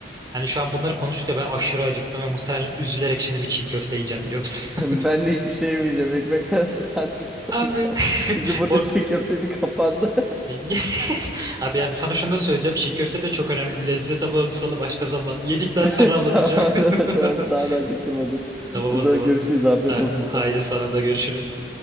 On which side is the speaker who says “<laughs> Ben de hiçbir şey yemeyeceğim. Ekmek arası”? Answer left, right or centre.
Centre